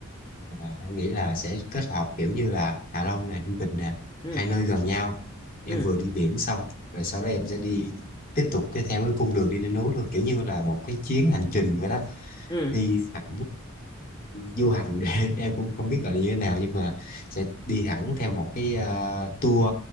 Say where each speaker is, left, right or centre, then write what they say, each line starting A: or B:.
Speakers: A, on the left; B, on the left.
A: à, anh nghĩ là sẽ kết hợp kiểu như là Hạ Long nè Ninh Bình nè
B: ừ.
A: hai nơi gần nhau em
B: Ừ.
A: vừa đi biển xong rồi sau đó em sẽ đi tiếp tục cái theo cái cung đường đi lên núi luôn kiểu như là một cái chuyến hành trình vậy đó
B: Ừ.
A: đi thẳng du hành <laughs> em cũng không biết gọi là như thế nào nhưng mà sẽ đi hẳn theo một cái ờ, tour